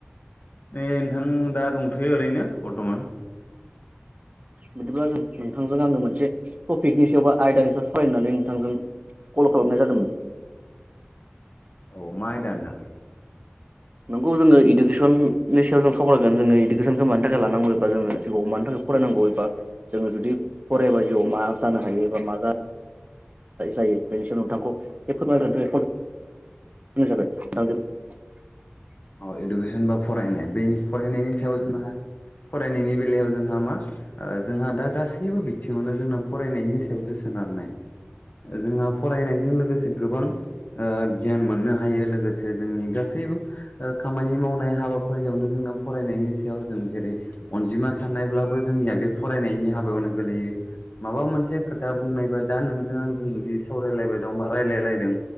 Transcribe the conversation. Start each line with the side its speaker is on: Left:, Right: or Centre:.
Left: नै नोंथां दा दंथ'यो ओरैनो बरथमान।
Right: बिदिब्ला जों नोंथांजों आंनो मोनसे टपिकनि सायावबा आयदानि फरायनानै नोंथांजों कल खालामनाय जादोंमोन।
Left: औ मा आयदा नोंथां?
Right: नोंगौ जोङो इडुकेसननि सायाव जों सावरायगोन जोङो इडुकेसनखौ मानि थाखाय लानांगौ एबा जोङो जि मानि थाखाय फरायनांगौ एबा जोङो जुदि फरायबा जिउआव मा जानो हायो एबा मा जा जायो बेनि सायाव नोंथांखौ जे फोरमायग्रोनो थाखाय खावला <unintelligible>
Left: औ इडुकेसन बा फरायनाय बे फरायनायनि सायाव जोंहा फरायनायनि बेलायाव जोंहा मा जोंहा दा गासैबो बिथिङावनो जोंना फरायनायनि सायावसो सोनारनाय। जोंहा फरायनायजों लोगोसे गोबां गियान मोननो हायो लोगोसे जोंनि गा सैबो खामानि मावनाय हाबाफारियावनो जोंना फरायनायनि सायाव जों जेरै अनजिमा साननायब्लाबो जों निया फनायनि हाबायावनो गोलैयो माबा मोनसे खोथा बुंनायबा दा नों नों आजों बिदि सावरायलायबाय बा रायलायलायदों